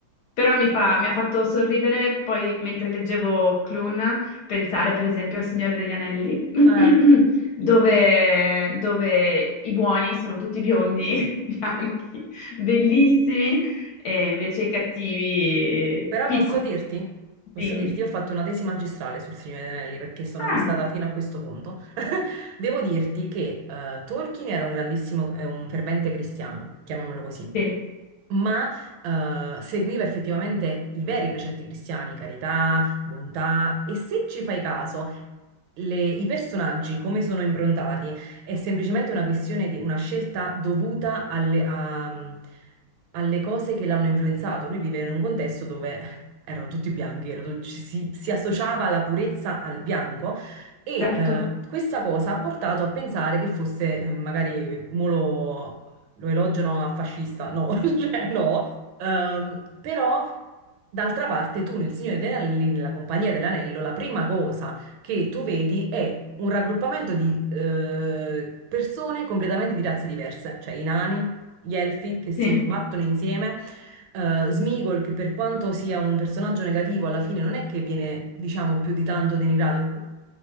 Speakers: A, on the left; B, on the right.
A: Però mi fa- mi ha fatto sorridere poi mentre leggevo Clun, pensare per esempio al Signore degli Anelli, <clears throat>
B: eh,
A: dove, dove i buoni sono tutti biondi, <laughs> bianchi, bellissimi, e invece i cattivi
B: però
A: piccoli.
B: posso dirti,
A: Dimmi.
B: posso dirti, io ho fatto una tesi magistrale sul Signore degli Anelli perché sono fissata
A: Ah,
B: fino a questo punto. <laughs> Devo dirti che eh, Tolkien era un grandissimo, eh, un fervente cristiano, chiamiamolo così.
A: sì,
B: ma eh, seguiva effettivamente i veri precetti cristiani, carità, bontà, e se ci fai caso, le- i personaggi come sono improntati è semplicemente una questione di una scelta dovuta alle, a- alle cose che l'hanno influenzato. Lui vive in un contesto dove <laughs> erano tutti bianchi, era tut- ci si, si associava la purezza al bianco. E
A: certo.
B: eh, questa cosa ha portato a pensare che fosse eh, magari molo lo elogiano a fascista, no, <laughs> cioè no. Ehm, però, d'altra parte, tu nel Signore degli Anelli, nella Compagnia dell'Anello, la prima cosa che tu vedi è un raggruppamento di eh, persone completamente di razze diverse, cioè i nani, gli elfi che si
A: Sì,
B: battono insieme. eh, Sméagol, che per quanto sia un personaggio negativo, alla fine non è che viene, diciamo, più di tanto denigrato.